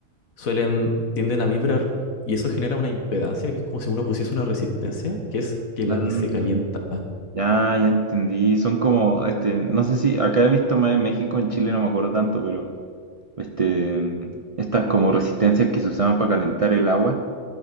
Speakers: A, on the left; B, on the right.
A: suelen, tienden a vibrar y eso genera una impedancia que es como si uno pusiese una resistencia, que es que
B: Mm.
A: la que se calienta.
B: Ya, ya entendí. Son como, este, no sé si acá he visto más en México, en Chile no me acuerdo tanto, pero este, estas como resistencias que se usaban para calentar el agua.